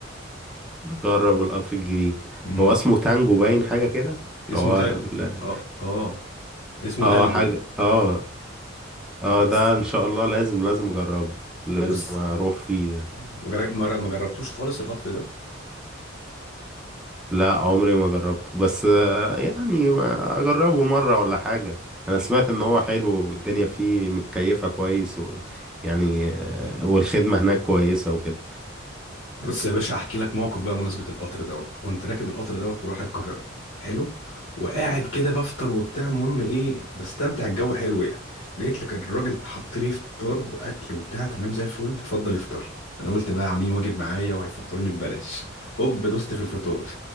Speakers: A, in the centre; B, on the left.
A: نجرب القطر الجديد
B: امم
A: هو اسمه تانجو باين حاجة كده اللي
B: اسمه
A: هو
B: تل
A: ال-
B: اه اه اسمه
A: اه
B: تلجو
A: حاجة اه اه
B: بس
A: ده ان شاء الله لازم لازم اجربه لازم
B: بس
A: اروح فيه ده
B: مجر- ما جر- ما جربتوش خالص القطر ده
A: لا عمري ما جربته بس آه، يعني ما اجربه مرة ولا حاجة انا سمعت ان هو حلو والدنيا فيه متكيفة كويس و يعني آه، والخدمة هناك كويسة وكده
B: بص يا باشا احكي لك موقف بقى بمناسبة القطر دوت كنت راكب القطر دوت ورايح القاهرة حلو وقاعد كده بفطر وبتاع المهم ايه بستمتع الجو حلو يعني لقيت لك الراجل حط لي فطار واكل وبتاع تمام زي الفل اتفضل افطر انا قلت بقى عاملين واجب معايا وهيفطروني ببلاش هوب دوست في الفطار <laughs>